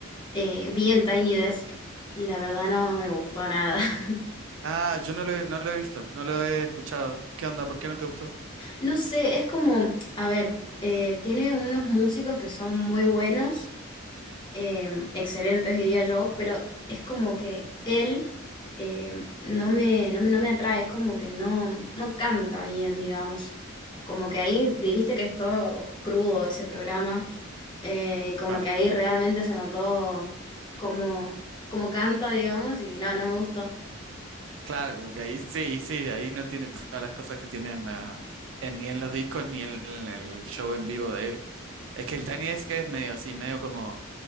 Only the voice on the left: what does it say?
Eh, vi el Tiny Desk, la verdad no me gustó nada. <laughs>
No sé, es como, a ver, eh, tiene unos músicos que son muy buenos, eh, excelentes diría yo, pero es como que él eh, no me, no me, no me atrae, es como que no, no canta bien, digamos. Como que ahí, di- viste que es todo crudo ese programa, eh, y como
que ahí realmente se notó como, como canta, digamos, y no, no me gustó.